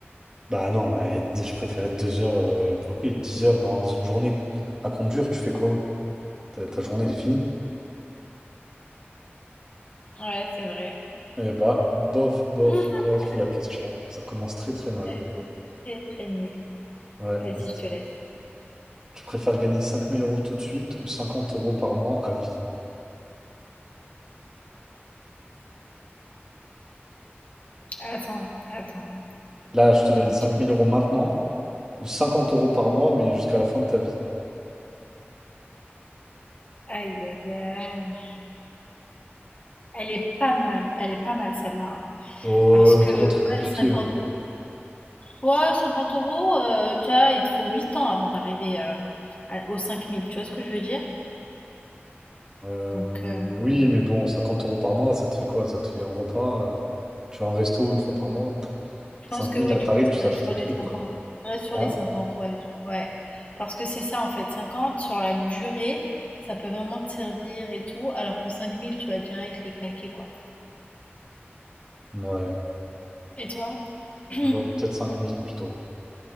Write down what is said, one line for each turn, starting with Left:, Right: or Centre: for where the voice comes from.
Right: Bah non, euh, je préférais 2 heures euh, bloquées. 10 heures dans une journée à conduire, tu fais quoi? Ta, ta journée, elle est finie.
Left: ouais, c'est vrai.
Right: Eh bah, bof, bof,
Left: <laughs>
Right: bof, la question. Ça commence très très mal.
Left: Ouais, C'est très très nul.
Right: Ouais.
Left: Vas-y,
Right: Est-ce-
Left: je te laisse.
Right: Tu préfères gagner 5000 euros tout de suite ou 50 euros par mois à vie?
Left: Attends, attends.
Right: Là, je te donne
Left: Fais un
Right: 5000
Left: petit-
Right: euros maintenant ou 50 euros par mois, mais jusqu'à la fin de ta vie.
Left: Aïe, aïe, aïe. Elle est pas mal, elle est pas mal celle-là. hein.
Right: Oh,
Left: Parce que,
Right: c'est
Left: ouais,
Right: pas trop compliqué.
Left: 50, ouais, 50 euros, euh, déjà, il te faut 8 ans avant d'arriver euh, à- aux 5000, tu vois ce que je veux dire?
Right: Euh,
Left: Donc, euh,
Right: oui, mais bon, 50 euros par mois, ça te fait quoi? Ça te fait un repas. euh, tu vas à un resto une fois par mois.
Left: Je
Right: 5000,
Left: pense que oui,
Right: là,
Left: du
Right: t'arrives,
Left: coup, je
Right: tu
Left: reste
Right: t'achètes
Left: sur
Right: un
Left: les
Right: truc,
Left: 50.
Right: quoi.
Left: Je reste sur
Right: Hein?
Left: les 50, ouais. je- Ouais. Parce que c'est ça, en fait. 50, sur la durée, ça peut vraiment te servir et tout. Alors que 5000, tu vas direct les claquer, quoi.
Right: Ouais.
Left: Et toi? <clears throat>
Right: Genre, Peut-être 5000 plutôt.